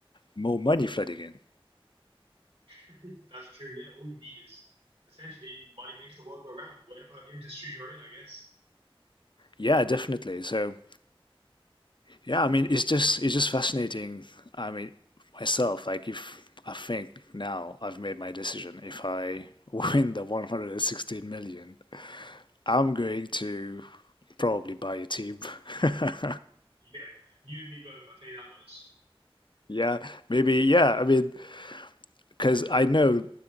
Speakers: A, on the left; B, on the right.
A: more money flooded in.
B: <laughs> That's true. Yeah, all you need is essentially money makes the world go round. Whatever industry you're in, I guess.
A: Yeah, definitely. So, yeah, I mean, it's just it's just fascinating. I mean, myself, like if I think now I've made my decision, if I <laughs> win the 116 million, I'm going to probably buy a team. <laughs>
B: Yeah, you and me both. I'll tell you that much.
A: Yeah, maybe, yeah, I mean, because I know